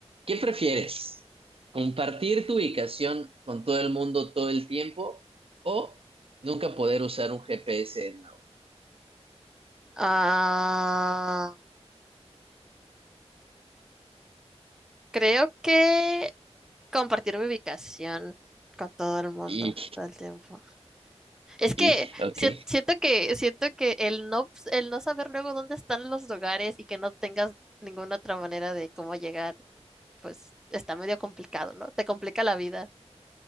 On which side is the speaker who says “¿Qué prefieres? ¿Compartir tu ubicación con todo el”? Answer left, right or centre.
Right